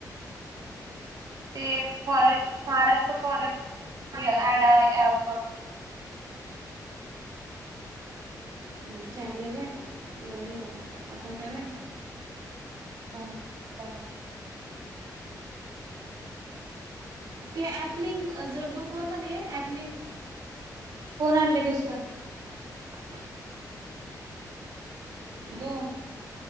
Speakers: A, on the right; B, on the right.
A: ते फॉरेस्ट, महाराष्ट्र फॉरेस्ट म्हणून ऍड आहे एक.
B: हं चॅनेल आहे होय? अ हे अकाउंट आहे होय.?
A: हा चला.
B: ते अँप लिंक, अ जरा ग्रुप वर कणी ऍप लिंक.
A: कोण आण लगेसं पा!
B: हॅलो!